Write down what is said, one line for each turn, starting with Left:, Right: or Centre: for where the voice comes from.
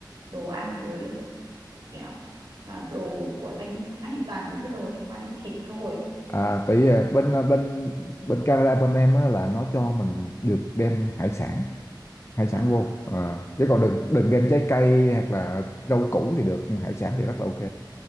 Right: đồ ăn đồ nghèo mà đồ của Thanh Hóa thì toàn những cái đồ liên quan đến thịt thôi
Left: À tại vì ờ, bên ờ, bên bên Canada bên em á, là nó cho mình được đem hải sản hải sản
Right: à
Left: vô à, chứ còn đừng đừng đem trái cây hoặc là rau củ thì được nhưng mà hải sản thì rất là ok